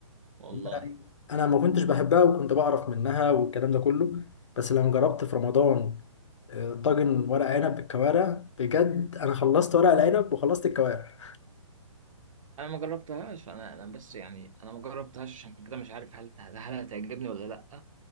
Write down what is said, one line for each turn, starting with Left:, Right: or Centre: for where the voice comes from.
Right: والله
Left: <laughs> انا ما كنتش بحبها وكنت بعرف منها والكلام ده كله بس لما جربت في رمضان آه، طاجن ورق عنب بالكوارع بجد انا خلصت ورق العنب وخلصت الكوارع
Right: انا ما جربتهاش انا انا بس يعني انا ما جربتهاش عشان كده مش عارف هل هل هتعجبني ولا لا